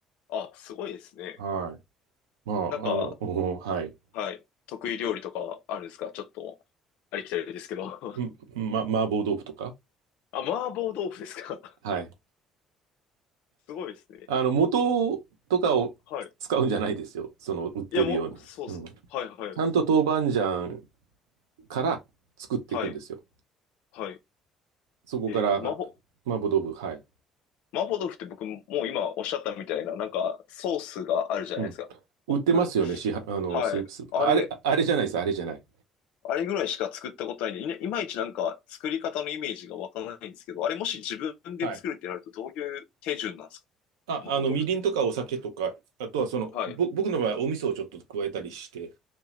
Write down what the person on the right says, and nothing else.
はい。まあ、
あの、<laughs> うんはい。
うんま、麻婆豆腐とか。
はい。
あの、素とかを使うんじゃないですよ。
その、売ってるような。
うんち
ゃんと豆板醤から作っていくんですよ。
そこから、
麻婆豆腐、はい。
うん。売ってますよね、
市販、あの、
スープ、スープ。
あれ、あれじゃないです、あれじゃない。
はい。あ、
あの、みりんとかお酒とか、あとはその、
ぼ、僕の場合、お味噌をちょっと加えたりして、